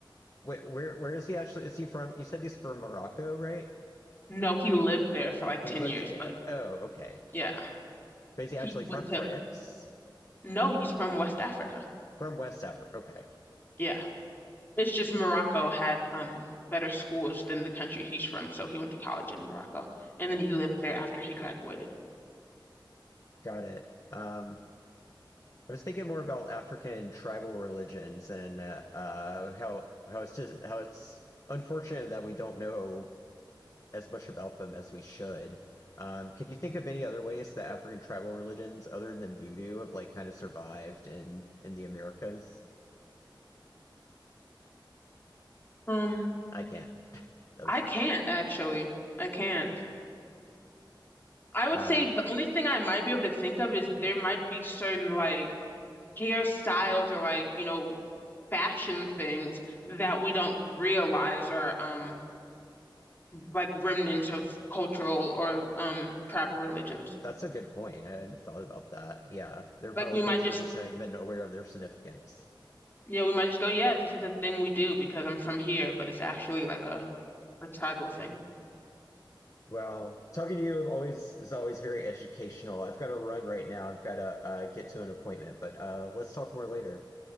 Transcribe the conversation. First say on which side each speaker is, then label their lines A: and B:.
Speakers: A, on the left; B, on the left.
A: wait, where where is he actually? Is he from? You said he's from Morocco, right?
B: No, he lived there for like
A: He
B: 10
A: lives
B: years,
A: there.
B: but
A: Oh, okay.
B: yeah.
A: But is he
B: He
A: actually
B: went
A: from
B: to,
A: France?
B: no, he's from West Africa.
A: From West Africa. Okay,
B: Yeah. It's just Morocco had um better schools than the country he's from, so he went to college in Morocco. And then he lived there after he graduated.
A: got it. Um, I was thinking more about African tribal religions and uh, uh, how how it's just how it's unfortunate that we don't know as much about them as we should. Um, could you think of any other ways that African tribal religions, other than voodoo, have like kind of survived in in the Americas?
B: Um,
A: I can't. <laughs> I was
B: I can't
A: wondering.
B: actually. I can't. I would
A: Uh,
B: say the only thing I might be able to think of is there might be certain like hairstyles or like, you know, fashion things that we don't realize are um like remnants of cultural or um tribal religions.
A: that's a good point. I hadn't thought about that. Yeah, there are
B: Like
A: probably
B: we might
A: things
B: just
A: we're just not even aware of their significance.
B: Yeah, we might just go, yeah, this is a thing we do because I'm from here, but it's actually like a, a tribal thing.
A: Well, talking to you always is always very educational. I've got to run right now. I've got to uh, get to an appointment, but uh, let's talk more later.